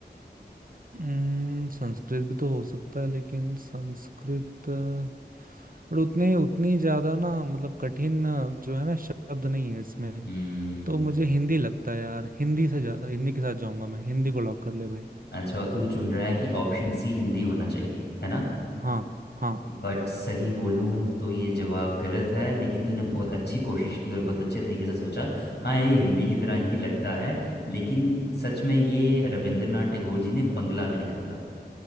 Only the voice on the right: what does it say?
हम्म, संस्कृत भी तो हो सकता है लेकिन संस्कृत अ, और उतने उतनी ज्यादा ना मतलब कठिन अ, जो है ना शब्द नहीं है इसमें
तो मुझे हिंदी लगता है यार हिंदी से जा, हिंदी के साथ जाऊंगा मैं हिंदी को लॉक कर ले भाई
हाँ हाँ